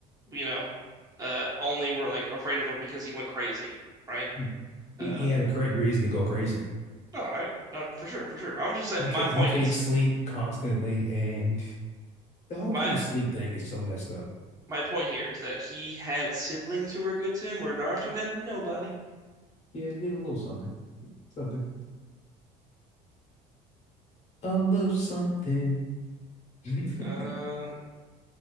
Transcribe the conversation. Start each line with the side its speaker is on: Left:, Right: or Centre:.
Right: you know, uh, only were like afraid of him because he went crazy, right?
Left: mm. He,
Right: Uh,
Left: he had a great reason to go crazy though.
Right: no, I no for sure, for sure. I'm just saying.
Left: You can't
Right: My point
Left: you can't
Right: is,
Left: sleep constantly, and the whole
Right: my
Left: can't sleep thing is so messed up.
Right: my point here is that he had siblings who were good to him, where Naruto had nobody.
Left: Yeah, hit a little something. Something. A little something. <laughs>
Right: Uh,